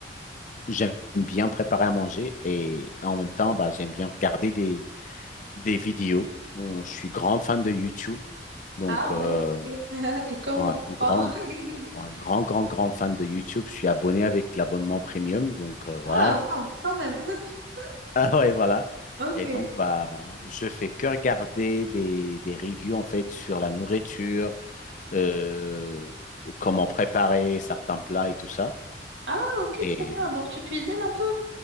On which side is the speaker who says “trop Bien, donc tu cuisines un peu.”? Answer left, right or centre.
Right